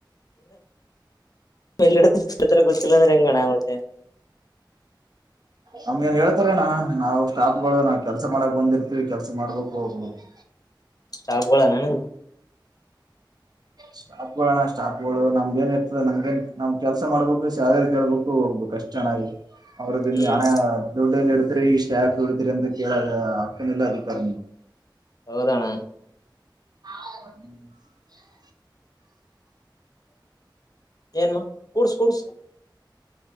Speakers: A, on the left; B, on the right.
A: ಮಲ್ಲ <unintelligible> ಇತ್ರ ಗೊತ್ತಿಲ್ಲ ಅಂದ್ರೆ ಹ್ಯಾಂಗ ಅಣ್ಣ ಮತ್ತೆ
B: ನಮ್ಗ ಏನ್ ಹೇಳ್ತಾರ ಏನ್ ಅಣ್ಣ ನಾವು ಸ್ಟಾಫ್ಗಳು ನಾವವು ಕೆಲ್ಸ ಮಾಡಕ್ ಬಂದಿರ್ತಿವಿ ಕೆಲ್ಸ ಮಾಡ್ಬೇಕು ಹೋಗ್ಬೇಕು
A: ಸ್ಟಾಫ್ ಗೋಳ ಏನ್ ಅಣ್ಣ
B: ಸ್ಟಾಫ್ಗಳು ಅಣ್ಣ ಸ್ಟಾಫ್ಗಳು ನಮ್ದ ಏನ್ ಇರ್ತದೆ ನಮ್ಗೇನ್ ನಮ್ ಕೆಲ್ಸ ಮಾಡ್ಬೇಕು ಸ್ಯಾಲರಿ ಕೇಳ್ಬೇಕು ಹೋಗ್ಬೇಕು ಅಷ್ಟ ಚೆನ್ನಾಗಿ ಅವ್ರದ್ದ
A: ಹ್ಮ್
B: ನೀ ಹಣ ದುಡ್ಡ ಡ ಈಸ್ಟ್ಯಾಕ ದೊಡಿತ್ರರಿ ಅಂತ ಕೇಳ ಅಕ್ಕನಲ್ಲ ಅದ ಕ
A: ಹೌದಣ
B: ಹ <unintelligible>
A: ಏನು ಕುಡ್ಸ ಕುಡ್ಸ